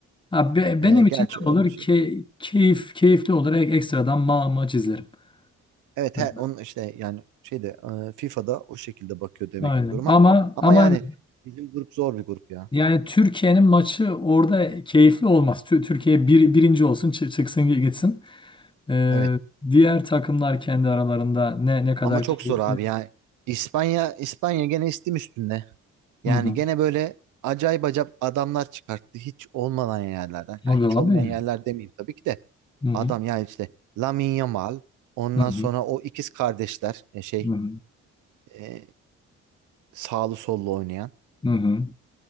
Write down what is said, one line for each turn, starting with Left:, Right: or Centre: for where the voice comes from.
Left: Ha, be-
Right: E,
Left: benim
Right: gerçi
Left: için ne
Right: öyle
Left: olur? Ke-
Right: bir şey.
Left: keyif keyifli olur. E- ekstradan ma maç izlerim.
Right: Evet
Left: Evet,
Right: he, onun işte yani şeyde e, FIFA'da o şekilde bakıyor demek
Left: Aynen.
Right: ki duruma.
Left: Ama
Right: Ama
Left: ama
Right: yani bizim grup zor bir grup ya.
Left: yani Türkiye'nin maçı orada keyifli olmaz. Tü- Türkiye bir, birinci olsun, çı- çıksın gitsin. Ee,
Right: Evet.
Left: diğer takımlar kendi aralarında ne ne kadar
Right: Ama çok
Left: keyifli.
Right: zor abi ya. İspanya İspanya gene istim üstünde.
Left: Hı
Right: Yani
Left: hı.
Right: gene böyle acayip acayip adamlar çıkarttı hiç olmayan yerlerden.
Left: Tabii
Right: Yani hiç
Left: abi.
Right: olmayan yerler demeyeyim tabii ki de.
Left: Hı hı.
Right: Adam ya işte Lamine Yamal ondan
Left: Hı hı.
Right: sonra o ikiz kardeşler e, şey
Left: Hı hı.
Right: e, sağlı sollu oynayan
Left: Hı hı.